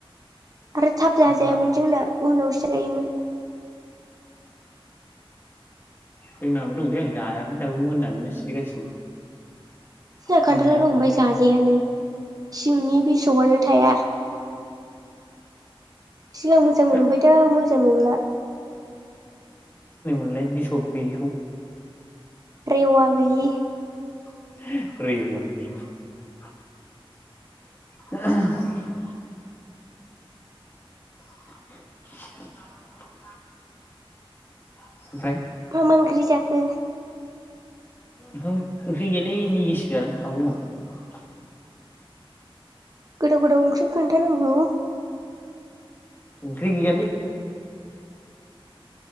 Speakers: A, on the right (about 40°); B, on the left (about 25°).
A: आरो थाब
B: खान्थाला
A: जाजायामोन जोंना उनावसो रायोमोन।
B: जोंनाबो दंलै आं जायाखै दाबो मोननानै सिरिगासिनो।
A: जोंहा
B: फांनै
A: खान्थाला दं ओमफाय
B: फांनै
A: जाजायानो। सिंनि बिसबआनो थाया। सिगां मोजां मोन
B: हा
A: ओमफाय दा मोजां नंला।
B: लाय बिसब गैयैखौ?
A: रेवआ गैयि।
B: <unintelligible> <inaudible> <inaudible> ओमफ्राय
A: मा मा ओंख्रि जाखो?
B: ओंखाम ओंख्रि गैयालै मिगिसो जादों आब' मोनाव।
A: गोथाव गोथाव ओंख्रि खोनथानांगौ।
B: ओंख्रि गैयालि।